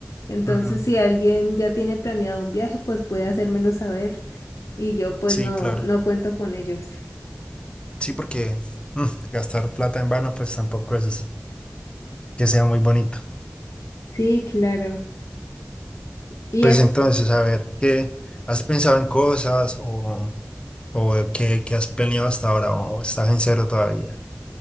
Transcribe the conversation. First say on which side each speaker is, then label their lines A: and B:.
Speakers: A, on the left (about 85°); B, on the left (about 20°).
A: Entonces,
B: Mm,
A: si alguien ya tiene planeado un viaje, pues puede hacérmelo saber y yo pues
B: sí,
A: no,
B: claro.
A: no cuento con ellos.
B: Sí, porque mm, gastar plata en vano, pues tampoco es que sea muy bonito.
A: Sí, claro. Y
B: Pues
A: es,
B: entonces, a ver, ¿qué has pensado en cosas o, o qué, qué has planeado hasta ahora o estás en cero todavía?